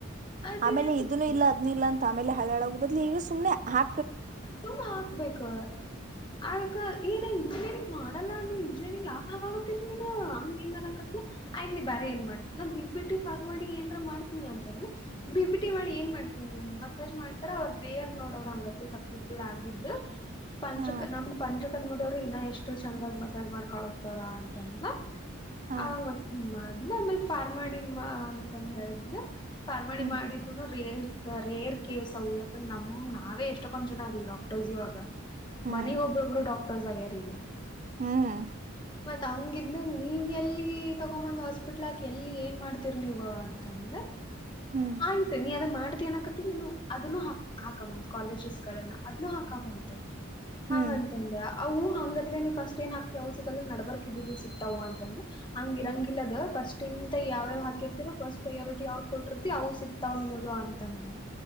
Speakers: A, on the left; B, on the right.
A: ಅದೇ
B: ಆಮೇಲೆ
A: ಹೇಳಕತ್ತೀನಿ
B: ಇದನ್ನು ಇಲ್ಲ ಅದ ಇಿಲ್ಲ ಅ ಆಮೇಲೆ ಹಳೆಳೋಗ ಬದ್ಲಿ ಈಗ ಸುನೆ ಹಾ
A: ತುಂಬ ಹಾಕ್ಬೇಕು ಅಕ ಏನ ಇಂಜಿನಿಯರಿಂಗ್ ಮಾಡಲ್ಲ ನೀ ಇಂಜಿನಿಯರಿಂಗ್ ಯಾಕಾಗತ್ತನ್ ನೀನ್ ಹಂಗ ಹೆಂಗ ಅನಕತ್ತಾ ಆಯ್ತ ನೀ ಬ್ರ ಏನ್ ಮಾಡತತಿ ನನ್ ಬಿ ಪಿಟಿ ಫಾರ ಮಾಡಿ ಏನ್ರ ಮಾಡ್ತನ ಅಂತಂದ್ರ ಬಿಟಿ ಮಾಡಿ ಏನ್ ಮಾಡ್ತನಿ ಮಸಾಜ್ ಮಾಡ್ತಾರ ಅವ್ ಬೇರ್ ನೋಡೋರ ಹಂಗತ್ ಸಕ್ಸ್ ಲ್ ಆಗಿದ್ದು ಪಂಚ
B: ಹಾ
A: ನಮ್ಮ ಪಂಚ ಕರ್ಮದವ್ರಿ ಇನ್ನ ಎಷ್ಟು ಚಂದಾಗ ಮಸಾಜ್ ಮಾಡ್ ಕಳಸ್ತಾರ ಅಂತಂದ
B: ಹಾ
A: ಆಮ್ಮ ಅದನ್ನ ಆಮೇಲೆ ಫಾರ್ಮಡಿಮ್ಮ ಅಂತಂದು ಹೇಳಿದನ ಪಾರ್ವಾನಿ
B: ಹ್ಮ್
A: ಮಾಡಿದ್ರುನು ರೇರ್ ರೇರ್ ಕೇಸವು ಯಾಕಂದೆ ನಮ ನಾವೇ ಎಷ್ಟ ಕೊಡ್ ಜನ ಆದ್ ಡಾಕ್ಟರ್ಸ್ ಇವಾಗ
B: ಹ್ಮ್
A: ಮನೆಗ್ ಒಬ್ಬೊಬ್ರು ಡಾಕ್ಟರ್ಸ್ ಆಗ್ಯಾರ ಈಗ
B: ಹ್ಮ್
A: ಮತ್ ಹಂಗಿದ ನೀವ ಎಲ್ಲಿ ತಗೊಂಬಂದ್ ಹಾಸ್ಪಿಟ್ಲ್ ಎಲ್ಲಿ ಏನ್ ಮಾಡ್ತೀರಿ ನೀವು ಅಂತಂದ್ರೆ
B: ಹ್ಮ್
A: ಆಯ್ತು ನೀ ಅ ಮಾಡತಿ ಏನಕತಿ ಇನ್ನು ಅದನ್ನು ಹಾಕ ಕಾಲೇಜಸ್ ಗಳನ್ನ ಅದ್ ಹಾಕಂತ
B: ಹ್ಮ್
A: ಹಾ ಅಂತಂದ್ರೆ ಅವು ಹಂಗತ್ಲೇ ನೀವು ಫಸ್ಟ್ ಏನ್ ಹಾಕ್ತಿ ಅವು ಸಿಗಲ್ಲಾ ನಡ್ಬರ್ಕಿದ್ದಿದವು ಸಿಕ್ತಿ ಅಂದ್ರ ಹಂಗ ಇರಂಗಿಲ್ಲದ ಫಸ್ಟ್ ಇಂತ ಯಾವ್ಯಾವ ಹಾಕಿರ್ತಿರೋ ಫಸ್ಟ್ ಪ್ರಯಾರಿಟಿ ಯಾವದ ಕೊಟ್ಟಿರ್ತಿ ನಾವು ಸಿಕ್ತಾವ್ ನಿನಗ ಅಂತಂದೆ